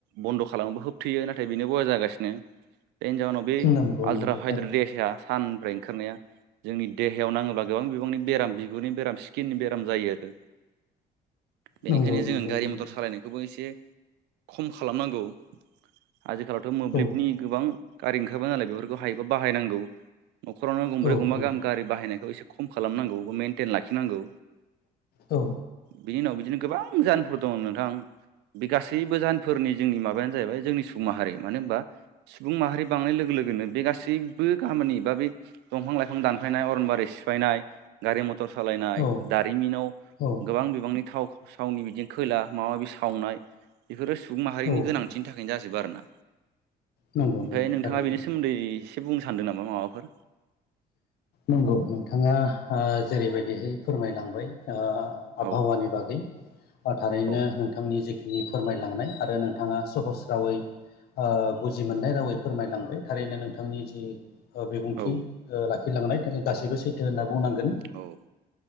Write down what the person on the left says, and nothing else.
नंगौ
नंगौ
थारैनो
नंगौ नंगौ
नंगौ
औ
औ
औ
औ
औ
औ
औ
नंगौ
नंगौ
थारैनो
नंगौ नोंथाङा जेरैबायदिहाय फोरमायलांबाय आबहावानि
बागै थारैनो
नोंथांनि जिखिनि फोरमायलांनाय आरो नोंथाङा सहस रावै बुजि मोननाय रावै फोरमायलांबाय थारैनो नोंथांनि जि बिबुंथि
लाखिलांनाय गासैबो सैथो होनना बुंनांगोन